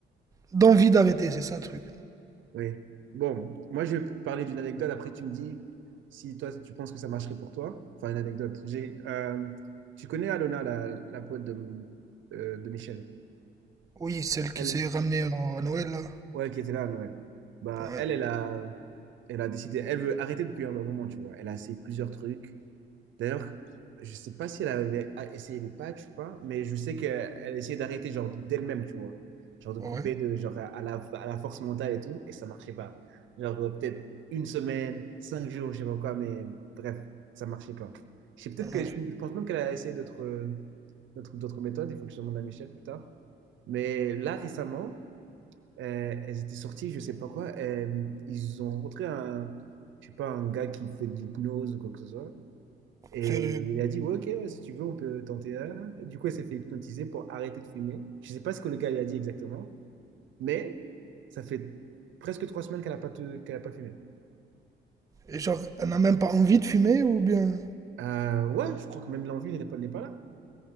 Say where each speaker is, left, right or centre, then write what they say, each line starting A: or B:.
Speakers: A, on the right (about 15°); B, on the right (about 75°).
A: d'envie d'arrêter, c'est ça le truc.
B: oui. Bon, moi, je vais parler d'une anecdote. Après, tu me dis si toi, tu penses que ça marcherait pour toi. Enfin, une anecdote. J'ai, euh, tu connais Alona, la, la pote de, euh, de Michel?
A: Oui, celle qui
B: Elle,
A: s'est ramenée en- à Noël, là.
B: ouais, qui était là à Noël. Bah,
A: Ouais,
B: elle, elle a, elle a décidé, elle veut arrêter depuis un bon moment, tu vois. Elle a essayé plusieurs trucs. D'ailleurs, je sais pas si elle avait a- essayé les patchs ou pas, mais je sais qu'elle essayait d'arrêter genre d'elle-même, tu vois. Genre de couper
A: ouais,
B: de, genre à à la, à la force mentale et tout, et ça marchait pas. Genre euh, peut-être une semaine, cinq jours, je sais pas quoi, mais bref, ça marchait pas. Je sais peut-être
A: ouais.
B: que je, je pense même qu'elle a essayé d'autres euh, d'autres d'autres méthodes, il faut que je demande à Michel plus tard. Mais là, récemment, euh, elles étaient sorties, je sais pas quoi. euh, ils ont rencontré un, je sais pas, un gars qui fait de l'hypnose ou quoi que ce soit. Et
A: Sérieux.
B: il a dit, ouais, ok, ouais, si tu veux, on peut tenter. euh. Du coup, elle s'est fait hypnotiser pour arrêter de fumer. Je sais pas ce que le gars lui a dit exactement, mais ça fait presque trois semaines qu'elle a pas, te- qu'elle a pas fumé.
A: Et genre, elle n'a même pas envie de fumer ou bien.
B: Euh, ouais, je crois que même l'envie n'est pas, n'est pas là.